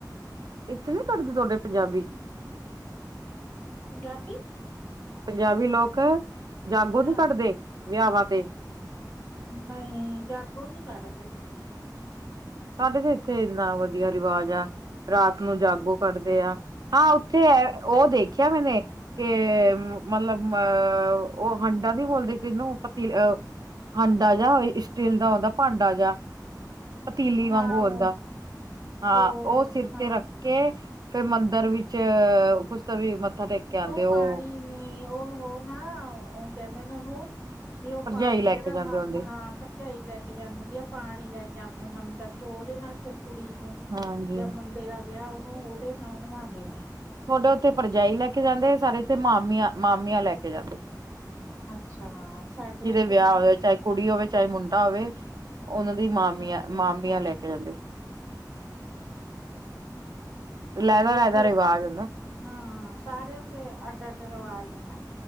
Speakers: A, on the right; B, on the left.
A: ਇੱਥੇ ਨੀ ਕੱਢਦੀ ਤੁਆਡੇ ਪੰਜਾਬੀ।
B: ਪੰਜਾਬੀ?
A: ਪੰਜਾਬੀ ਲੋਕ ਜਾਗੋ
B: ਹਾਂ
A: ਨੀ ਕੱਢਦੇ ਵਿਆਵਾਂ ਤੇ।
B: ਨਹੀਂ ਜਾੱਗੋ ਨੀ ਕੱਢਦੇ।
A: ਸਾਡੇ ਤੇ ਇੱਥੇ ਇੰਨਾ ਵਦੀਆ ਰਿਵਾਜ ਆ ਰਾਤ ਨੂੰ ਜਾਗੋ ਕੱਢ ਤੇਆ ਹਾਂ, ਉੱਥੇ ਹੈ ਓ ਦੇਖਿਆ ਮੈਨੇ ਕੇ ਮਤਲਬ ਅ ਓ ਹੰਡਾ ਦੀ ਬੋਲਦੇ ਕਿਨੂੰ ਪਤੀ ਹਾਂਡਾ ਜਾ ਏ ਸਟੀਲ ਦਾ ਹੂੰਦਾ ਭਾਂਡਾ ਜਾ ਪਤੀਲੀ ਵਾਂਗੂ
B: ਹਾਂ
A: ਓਂਦਾ
B: ਉਹ
A: ਹਾਂ
B: ਉਹ
A: ਓ ਸਿਰ
B: ਹਾਂ
A: ਤੇ ਰੱਖ ਕੇ ਫੇਰ ਮੰਦਿਰ ਵਿੱਚ ਕੁਛ ਤਾਂ ਵੀ ਮੱਥਾ ਟੇਕ ਕੇ ਆਉਂਦੇ
B: ਓ
A: ਉਹ
B: ਪਾਣੀ ਨੇ ਓਹੋਹੋ ਨਾ ਓ ਕੈਂਦੇ ਨੇ ਓਨੂੰ ਵੀ ਓ
A: ਭਰਜਾਈ
B: ਪਾਣੀ
A: ਲੈ
B: ਜੇੜਾ
A: ਕੇ ਜਾਂਦੇ
B: ਮ
A: ਹੁੰਦੇ
B: ਮਹਾਂ ਪਰਜਾਈ ਲੈ ਕੇ ਜਾਂਦੀ ਹੁੰਦੀ ਆ ਪਾਣੀ ਲੈ ਕੇ ਆਂਦੇ ਮੰਦਿਰ ਚੋ ਓਦੇ ਨਾਲ ਫਿਰ ਕੁੜੀ ਨੂੰ
A: ਹਾਂਜੀ
B: ਜਾਂ ਮੁੰਡੇ ਦਾ ਵਿਆ ਓਨੂੰ ਓਦੇ ਨਾਲ ਨਿਵੌਦੇ ਨੇ।
A: ਤੁਆਡੇ ਓੱਥੇ ਪਰਜਾਈ ਲੈ ਕੇ ਜਾਂਦੇ ਸਾਡੇ ਇੱਥੇ ਮਾਮੀਆਂ-ਮਾਮੀਆਂ ਲੈ ਕੇ ਜਾਂਦੇ,
B: ਅੱਛਾ ਹਾਂ ਸਾਡੇ
A: ਜਿਦੇ
B: ਇੱਥੇ
A: ਵਿਆ
B: ਤਾਂ
A: ਹੋਆ ਚਾਏ ਕੁੜੀ ਹੋਵੇ ਚਾਏ ਮੁੰਡਾ ਹੋਵੇ ਓਨਾਂ ਦੀ ਮਾਮੀਆਂ-ਮਾਮੀਆਂ
B: ਅੱਛਾ ਅੱਛਾ
A: ਲੈ ਕੇ ਜਾਂਦੇ।
B: ਸਾਡੇ
A: ਲਹਿਦਾ
B: ਇੱਥੇ
A: ਲਹਿਦਾ ਰਿਵਾਜ ਹੁੰਦਾ
B: ਹੂੰ ਸਾਰਿਆਂ ਦੇ ਅੱਡ-ਅੱਡ ਰਿਵਾਜ ਹੈ ਨਾ।